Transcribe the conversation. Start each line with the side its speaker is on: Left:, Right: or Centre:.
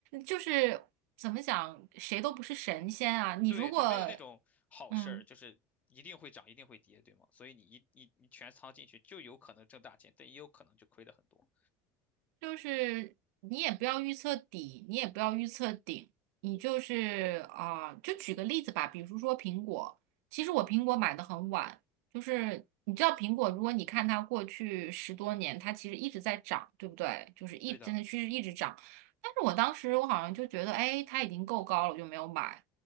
Right: 就是怎么讲，谁都不是神仙啊。你如果
Left: 对，它没有那种好事儿，
Right: 嗯。
Left: 就是一定会涨，一定会跌，对吗？所以你一你你全仓进去，就有可能挣大钱，但也有可能就亏的很多。
Right: 就是你也不要预测底，你也不要预测顶，你就是啊、呃就举个例子吧，比如说苹果，其实我苹果买的很晚，就是你知道苹果，如果你看它过去十多年，它其实一直在涨，对不对？就是一真的趋势一直涨，
Left: 对的，
Right: 但是我当时我好像就觉得，哎，它已经够高了，我就没有买。